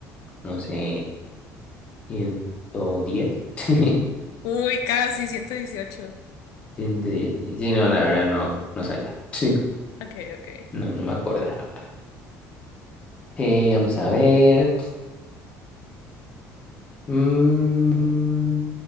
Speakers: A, on the left; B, on the left.
A: no sé, ciento diez <laughs>
B: Uy, casi 118.
A: ciento diez. Sí, no, la verdad no, no sabía. <laughs>
B: Ok, ok.
A: No, no me acordaba. Eh, vamos a ver. Mm,